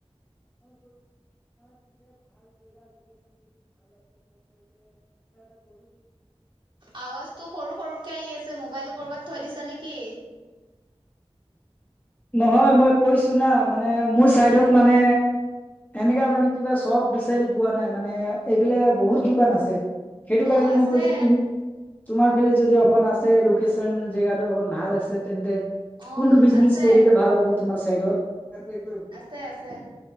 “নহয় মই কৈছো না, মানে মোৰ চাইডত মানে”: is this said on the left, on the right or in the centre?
Left